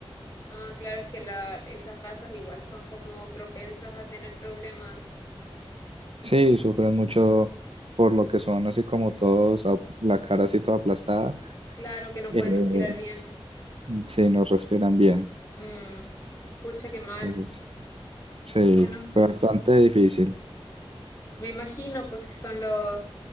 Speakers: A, on the left (about 25°); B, on the right (about 70°).
A: Ah, claro, es que la, esas razas igual son como propensas a tener problemas.
B: Sí, sufren mucho por lo que son así como todos, ap- la cara así toda aplastada,
A: Claro que no
B: eh,
A: pueden respirar bien.
B: sí, no respiran bien.
A: Mm, pucha, qué mal.
B: Entonces, sí,
A: Ah, bueno,
B: fue bastante difícil.
A: me imagino, pues si son los,